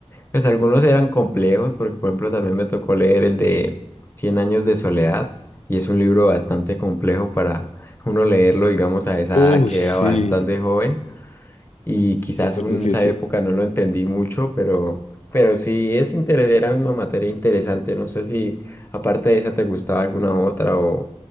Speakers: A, on the left (about 20°); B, on the left (about 75°).
A: Pues algunos eran complejos porque por ejemplo también me tocó leer el de Cien años de soledad y es un libro bastante complejo para uno leerlo digamos a esa
B: Uy,
A: edad que
B: sí,
A: era bastante joven y quizás
B: súper
A: en
B: difícil.
A: esa época no lo entendí mucho, pero, pero sí es interes era una materia interesante. No sé si aparte de esa te gustaba alguna otra o,